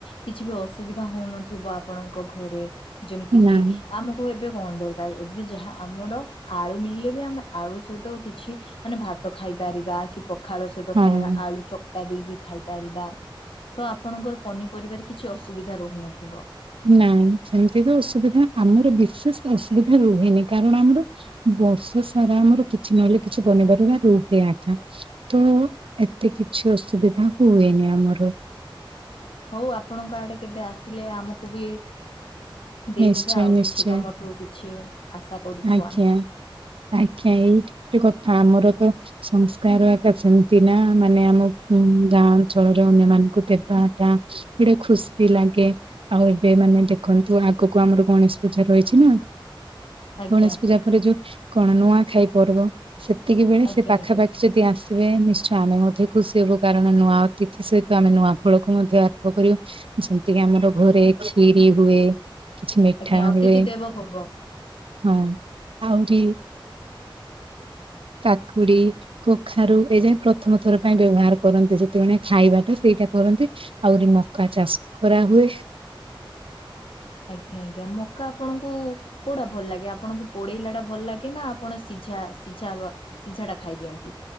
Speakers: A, on the left; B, on the right.
A: କିଛି ବି ଅସୁବିଧା ହଉନ ଥିବ ଆପଣଙ୍କ ଘରେ, ଯେମ୍ତି କିି
B: ନାଇଁ
A: ଆମକୁ ଏବେ କଣ ଦରକାର୍, ଏବେ ଯାହା ଆମର ଆଳୁ ମିଳିଲେ ବି ଆମେ ଆଳୁ ସହିତ କିଛି ମାନେ ଭାତ ଖାଇପାରିବା କି ପଖାଳୁ ସହିତ
B: ହଁ
A: ଖାଇବା ଆଳୁ ଚ କ୍ଟା ଦେଇକି ଖାଇପାରିବା, ତ ଆପଣଙ୍କର ପନିପରିବାରେ କିଛି ଅସୁବିଧା ରହୁନଥିବ।
B: ନାଇଁ ସେମ୍ତି ତ ଅସୁବିଧା ଆମର ବିଶେଷ ଅସୁବିଧା ରୁହେନି, କାରଣ ଆମର ବର୍ଷ ସାରା ଆମର କିଛି ନହେଲେ କିଛି ପନିପରିବା ରୁହେ <unintelligible> ତ ଏତେ କିଛି ଅସୁବିଧା ହୁଏନି ଆମର।
A: ହଉ ଆପଣଙ୍କ ଆଡେ କେବେ ଆସିଲେ ଆମକୁ ବି ଦେଇଦେବେ
B: ନିଶ୍ଚୟ
A: ଆଉ
B: ନିଶ୍ଚୟ
A: କିଛି ତମଠୁ କିଛି ଆଶା କରୁଛୁ
B: ଆଜ୍ଞା
A: ଆମେ
B: ଆଜ୍ଞା ଏଇଟା ଗୋଟେ କଥା, ଆମର ତ ସଂସ୍କାର ସେମ୍ତି ନା, ମାନେ ଆମ ଗାଁ ଅଞ୍ଚଳରେ ଅନ୍ୟମାନଙ୍କୁ ଦେବା ତା ଗୋଟେ ଖୁସି ବି ଲାଗେ, ଆଉ ଏବେ ମାନେ ଦେଖନ୍ତୁ ଆଗକୁ ଆମର ଗଣେଶ ପୂଜା ରହିଚି ନା।
A: ଆଜ୍ଞା
B: ଗଣେଶ ପୂଜା ପରେ ଯୋଉ କଣ ନୂଆଖାଇ ପର୍ବ, ସେତିକି ବେଳେ
A: ଆଜ୍ଞା
B: ସେ ପାଖାପା
A: ଆଜ୍ଞା
B: ଯଦି ଆସିବେ ନିଶ୍ଚୟ ଆମେ ମଧ୍ୟ ଖୁସି ହେବୁ କାରଣ ନୂଆ ଅତିଥି ସହିତ ଆମେ ନୂଆ ଫଳକୁ ମଧ୍ୟ ଆରମ୍ଭ କରିବୁ। ଯେମ୍ତିକି ଆମର ଘରେ କ୍ଷୀରି ହୁଏ। କିଛି ମିଠା
A: ଆଜ୍ଞା,
B: ହୁଏ
A: ଅତିଥି ଦେବ ଭବ।
B: ହଁ, ଆହୁରି କାକୁଡି କଖାରୁ <unintelligible> ପ୍ରଥମ ଥର ପାଇଁ ବ୍ୟବହାର କରନ୍ତି, ଯେତେବେଳେ ଖାଇବାଟା ସେଇଟା କରନ୍ତି। ଆହୁରି ମକା ଚାଷ କରାହୁଏ।
A: ଆଜ୍ଞା-ଆଜ୍ଞା, ମକା ଆପଣଙ୍କୁ କୋଉଟା ଭଲ୍ ଲାଗେ, ଆପଣଙ୍କୁ ପୋଡେଇଲା ଟା ଭଲ୍ ଲାଗେ ନା ଆପଣ ସିଝା-ସିଝା ସିଝାଟା ଖାଇ ଦିଅନ୍ତି।